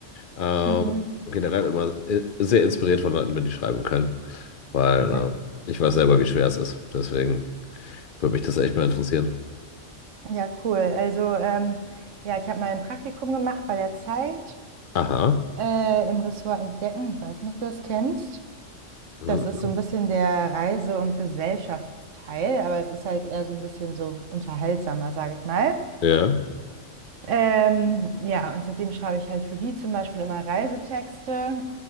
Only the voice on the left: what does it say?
Ähm,
generell immer äh, sehr inspiriert von Leuten, wenn die schreiben können, weil
ähm, ich weiß selber, wie schwer es ist. Deswegen würde mich das echt mal interessieren.
Aha.
Mhm.
Ja.